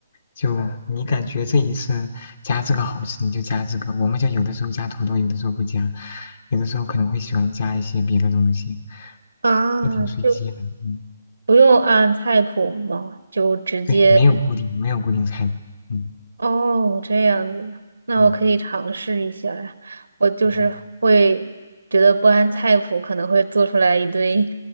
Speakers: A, on the left; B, on the right.
A: 就你感觉这一次加这个好吃，你就加这个。我们就有的时候加土豆，有的时候不加，有的时候可能会喜欢加一些别的东西。
B: 啊，
A: 还挺随机的，
B: 就
A: 嗯，
B: 不用按菜谱吗？就直接。
A: 对，没有固定，没有固定菜谱，嗯
B: 哦，这样子，那我可以尝试一下呀。
A: 嗯
B: 我就是会觉得不按菜谱可能会做出来一堆，
A: 嗯，